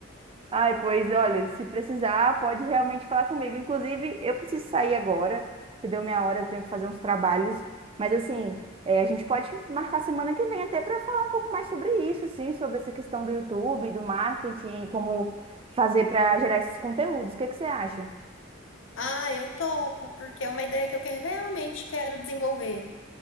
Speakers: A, on the right (about 30°); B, on the left (about 70°).
A: Ai, pois olha, se precisar, pode realmente falar comigo. Inclusive, eu preciso sair agora, que deu minha hora, eu tenho que fazer uns trabalhos. Mas assim, é, a gente pode marcar semana que vem até para falar um pouco mais sobre isso, sim, sobre essa questão do YouTube, do marketing, como fazer para gerar esses conteúdos. O que que você acha?
B: Ah, eu topo, porque é uma ideia que eu que- realmente quero desenvolver.